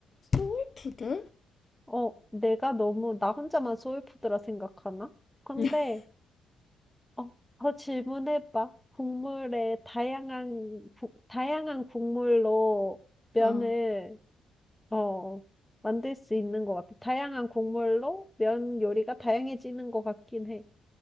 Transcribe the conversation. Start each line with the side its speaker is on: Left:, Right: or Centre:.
Left: 소울푸드?
Centre: 어, 내가 너무 나 혼자만 소울푸드라 생각하나? 근데,
Left: <laughs>
Centre: 어, 더 질문해봐. 국물에 다양한, 구- 다양한 국물로 면을,
Left: 어.
Centre: 어, 만들 수 있는 것 같아. 다양한 국물로 면 요리가 다양해지는 것 같긴 해.